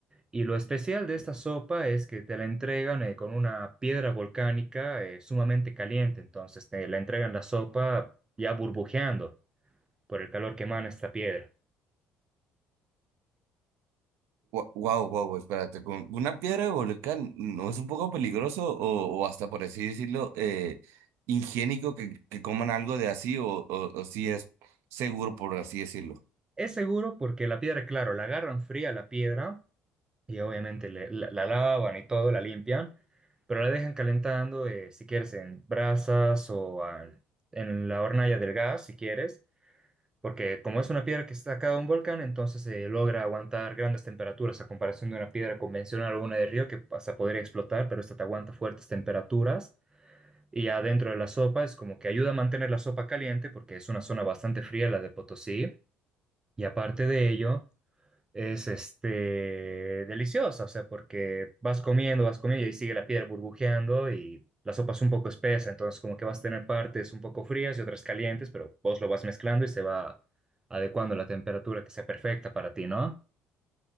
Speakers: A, on the right; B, on the right.
A: Y lo especial de esta sopa es que te la entregan eh, con una piedra volcánica eh, sumamente caliente, entonces te la entregan la sopa ya burbujeando por el calor que emana esta piedra.
B: Wow, wow, espérate, con una piedra de volcán no es un poco peligroso o, o hasta por así decirlo, eh, higiénico que, que coman algo de así o, o, o si es seguro por así decirlo.
A: Es seguro porque la piedra, claro, la agarran fría la piedra Y obviamente le- la, la lavan y todo, la limpian, pero la dejan calentando, eh, si quieres, en brasas o ah, en la hornalla del gas, si quieres, porque como es una piedra que está sacada de un volcán, entonces se logra aguantar grandes temperaturas a comparación de una piedra convencional o una de río que hasta podría explotar, pero esta te aguanta fuertes temperaturas. Y adentro de la sopa es como que ayuda a mantener la sopa caliente porque es una zona bastante fría la de Potosí. Y aparte de ello es este deliciosa, o sea, porque vas comiendo, vas comiendo y ahí sigue la piedra burbujeando y la sopa es un poco espesa, entonces como que vas a tener partes un poco frías y otras calientes, pero vos lo vas mezclando y se va adecuando a la temperatura que sea perfecta para ti, ¿no?